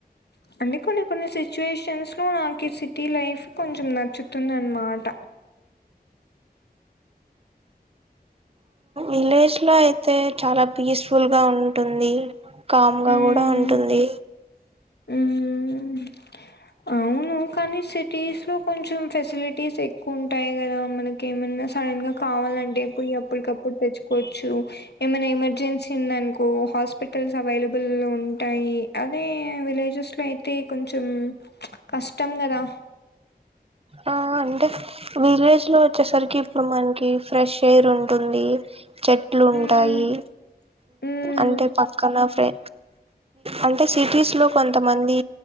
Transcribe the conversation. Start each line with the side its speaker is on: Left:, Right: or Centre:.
Left: అంటే కొన్ని కొన్ని సిచ్యుయేషన్స్ లో నాకు ఈ సిటీ లైఫ్ కొంచెం నచ్చుతుందిన్నమాట
Right: విలేజెస్ లో అయితే చాలా పీస్ఫుల్ గా ఉంటుంది కా
Left: మ్మ్
Right: కూడా ఉంటుంది
Left: మ్మ్ అవును కానీ సిటీస్ లో కొంచెం ఫెసిలిటీస్ ఎక్కువ ఉంటాయి కదా మనకి ఏమైన్నా సడన్ గా కావాలంటే పోయి అప్పటికప్పుడు తెచ్చుకోవచ్చు ఏమైనా ఎమర్జెన్సీ ఉందనుకో హాస్పిటల్స్ అవైలబుల్ ఉంటాయి అదే విలేజెస్ లో అయితే కొంచెం కష్ట కుందరా
Right: ఆ అంటే విలేజ్ లో వచ్చేసరికి ఇప్పుడు మనకి ఫ్రెష్ ఎయిర్ ఉంటుంది చెట్లు ఉంటాయి
Left: హ్మ్ హ్మ్
Right: అంటే పక్కన ఫ్రే అంటే సిటీస్ లో కొంతమంది